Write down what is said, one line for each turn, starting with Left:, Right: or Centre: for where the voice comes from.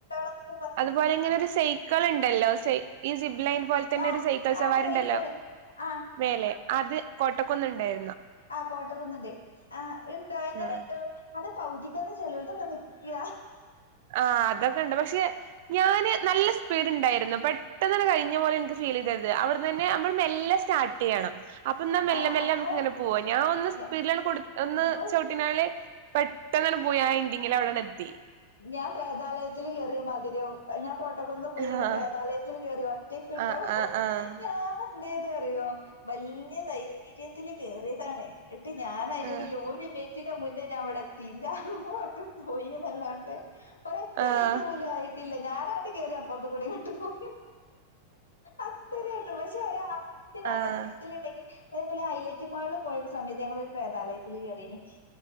Left: ണ്ട
Right: അതുപോലെ ഇങ്ങനെ ഒരു സൈക്കൾ ഉണ്ടല്ലോ സ ഈ സിബ് ലൈൻ പോലെ തന്നെ
Left: ആഹ്
Right: ഒരു സൈക്കിൾ
Left: ആഹ്
Right: സവാരി
Left: സൈക്കിള്
Right: ണ്ടല്ലോ
Left: ആഹ്
Right: മേലെ അത് കോട്ടക്കൊന്ന ഉണ്ടായിരുന്നു
Left: ആ് കോട്ടക്കുന്നുണ്ട് ആ ഉണ്ട്എങ്ങനെ
Right: ആഹ്
Left: ഇണ്ട അത് പൗതിക്കന്നെ ചെലവതൊക്കെ നിൽക്കുക
Right: ആ അതൊക്കെ ഉണ്ട് പക്ഷെ ഞാന് നല്ല സ്പീഡ ഉണ്ടായിരുന്നു പ പെട്ട തന്നെ കഴിഞ്ഞ പോലെനിക്ക് ഫീൽ ചെയ്തത് അവിടുന്ന്ന്നെമ്മ മെല്ലെ സ്റ്റാർട്ട് ചെയ്യണം അപ്പൊ എന്നാ മെല്ലെ
Left: ആ
Right: മെല്ലെ
Left: അപ്പൊ
Right: നമ്മുക്ക് ഇങ്ങനെ പോവാ ഞാൻ ഒന്ന്
Left: ഞ
Right: സ്പീഡിലാണ് ഒന്ന്
Left: ഇതിപ്പോ
Right: ചുവട്ടിനാെ പെട്ടെന്നാണ് പോയി ആ എന്തെങ്കിലും അവിടെ ത്തി
Left: ഞാൻ പ്രേതാലയത്തിൽ ചെറിയ മധുരം അ ഞാൻ <unintelligible> ട്ടക്കുന്ന് പോയാണ്ട്
Right: ആഹ്
Left: പ്രേതാലയത്തിൽ കേറി ഒറ്റക്ക്
Right: ആഹ്
Left: ട്ടോ
Right: ആഹ് ആഹ്
Left: ഞാന് എന്തയ്ത് അറിയോ വലിയ ധൈര്യത്തില് കേറിയതാണ് ഇ ന്നിട്ട് ഞാനയ്ൻ്റുള്ളിൽ
Right: ആഹ്
Left: ഒരു മിനിറ്റിന് മുന്നേ ഞാൻ വടെത്തി ഇന്റെ ആ ഉറക്കം പോയി ല്ലാണ്ട് ഒരു ഒറ്റ
Right: ആഹ്
Left: മിനിറ്റ് പോലും ആയിട്ടില്ല ഞാനങ്ങട്ട് കേറി അ പുറത്ത് കൂടെ ങ്ങട്ട് പോന്ന് അത്രയ്ട്ടും പക്ഷെ ഒരാളും കൂടി നമ്മെ
Right: ആഹ്
Left: കൂട്ടത്തിൽ ഉണ്ടെങ്കിൽ അതേപോലെ ഐലൈറ്റ് മാളില് പോയ ര് സമയത്ത് ഞങ്ങളൊര് പ്രേതാലയത്തില് കേറിനി